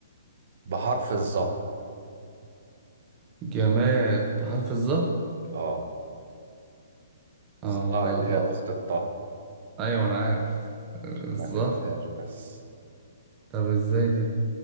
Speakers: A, on the right (about 55°); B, on the right (about 20°).
A: بحرف الظا
B: جماد بحرف الظهر
A: اه الظا
B: اه لا
A: اللي
B: صح
A: هي اخت الطه
B: أيوة أنا عارف آه،
A: عشان
B: الظهر
A: ما تنساش بس
B: طب ازاي دي